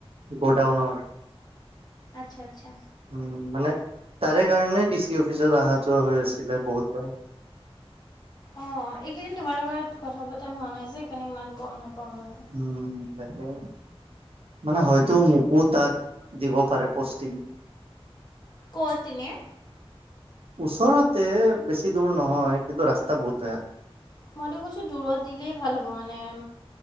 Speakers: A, on the right (about 65°); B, on the left (about 40°).
A: গ'ডাউনৰ।
B: আচ্ছা আচ্ছা।
A: উম মানে তাৰে কাৰণে ডিচি অফিচত অহা যোৱা হৈ আছিলে বহুতবাৰ।
B: অ অ এইকেইদিন তোমাৰ লগ কথা পতা হোৱা নাই যে সেইকাৰণে ইমান গম নাপাওঁ। বাৰু।
A: উম তাকে। মানে হয়তো মোকো তাত দিব পাৰে পষ্টিং।
B: কত এনেই?
A: ওচৰতে বেছি দূৰ নহয় কিন্তু ৰাস্তা বহুত বেয়া।
B: মইতো কৈছো দূৰত দিলেই ভাল হ'ব মানে।